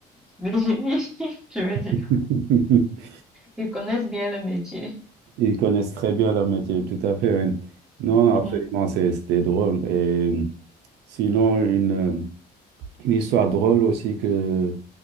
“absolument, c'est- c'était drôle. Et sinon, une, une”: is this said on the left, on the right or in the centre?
Right